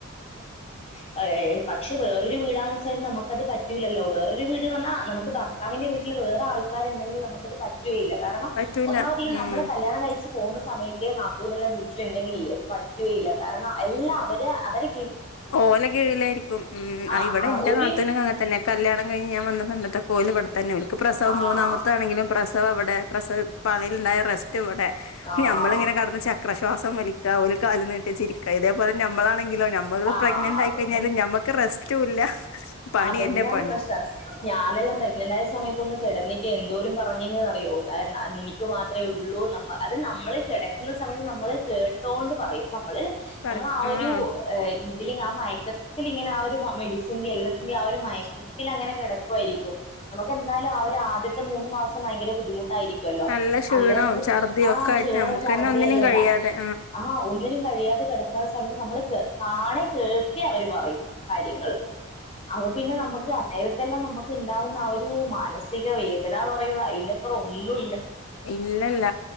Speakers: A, on the left; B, on the left.
A: പഴ ഏ പക്ഷേ വേറൊരു വീടാന്ന്ച്ചാ നമുക്കത് പറ്റൂിലല്ലോ വേറൊരു വ് വീട്ന്ന് പറഞ്ഞാ നമ്മക്ക് ഭർത്താവിന്റെ വീട്ടില് വേറെ ആൾക്കാരു ണ്ടെങ്കിൽ നമുക്കത് പറ്റുഏഇല്ല കാരണം
B: പറ്റൂല
A: ഒന്നാമത് ഈ നമ്മള്
B: ഉം
A: കല്യാണം കഴിച്ച് പോകുന്നത് സമയത്തെ നാത്തൂനെല്ലാം വീട്ടില് ഇണ്ടെങ്കിലില്ലേ അത് പറ്റുകേയില്ല കാരണം എല്ലാം അവര് അവര്
B: ഓല കീഴിലായിരിക്കും ഉം അ
A: ആഹ്
B: ഇവടെ
A: ആഹ്
B: എന്റെ
A: ഒരു
B: നാത്തൂനങ്ങനതന്നെ കല്യാണം കഴിഞ്ഞ് ഞാൻ വന്ന സമയത്തൊക്ക ഒ ഇവിടെ തന്നെക്ക് പ്രസവം
A: ആഹ്
B: മൂന്നാമത്താണെങ്കിലും പ്രസവം അവിടെ പളയിൽുണ്ടായ റെസ്റ്റ് ഇവിടെ
A: ആഹ്
B: നമ്മളിങ്ങനെ കടന്ന ചക്രശ്വാസം വലിക്കുക ഒരു കല് നീട്ടി ചിരിക്ക ഇതേപോലെ നമ്മളാണെങ്കിലോമ്മ കള്
A: ആഹ്
B: പ്രഗ്നന്റ്
A: അതൊന്നും
B: ആയിക്കഴിഞ്ഞാലും ഞമ്മക്ക് റെസ്റ്റും ഇല്ല പണി
A: അതന്നെയാണ്
B: എറെ പണി
A: പ്രശ്നം ഞാനെല്ലാം പ്രഗ്നന്റ് ആ സമയത്ത ഒന്ന് കിടന്ന എന്തോലും പറഞ്ഞന്ന്റിയോത് എനിക്ക് മാത്രമേ ഉള്ളൂ ന അത് നമ്മൾള് കിടക്കുന്ന സമയത്ത് നമ്മ നമ്മെ ചേട്ടോണ്ട് പറയും നമ്മള്
B: പറ
A: നമ്മൾ ആ
B: ആഹ്
A: ഒരു ഇതില ആ മയക്കത്തി ഇങ്ങനെ ആ റെ എല്ലാത്തി്റെ ആ ഒരു മയക്കത്തിൽ അങ്ങനെ കിടക്കുായിരിക്കും നമുക്ക്െന്തായാലും ആ ഒരു ആദ്യത്തെ മൂന്നു മാസം ഭയങ്കര ബുദ്ധിമുട്ട് ായിരിക്കുമല്ലോ
B: നല്ല ക്ഷീണവും
A: അന്നേരത്തെ
B: ഛർദിയും
A: ആ
B: ഒക്കെ
A: ക്ഷീണം
B: ആയിട്ട് നമ്മുക്കന്നെ
A: വ ചർദ
B: ഒന്നിനും
A: എല്ലാംണ്ടാ
B: കഴിയാതെ
A: ആഹ് ഒന്നിനും കഴിയാതെ കിടക്കാുന്ന സമയത്ത് നമ്മള് കാണേ കേൾക്കെ അവര് പറയു കാര്യങ്ങള് അപ്പ പിന്നെ നമുക്ക് നേരത്തെല്ലാം നമുക്ക് ഉണ്ടാാവുന്ന ആ ഒരു മാനസിക വേദന എന്ന് പറയുന്നത് അതിന്റെപ്പുറം ഒന്നും
B: ഇല്ലല്ല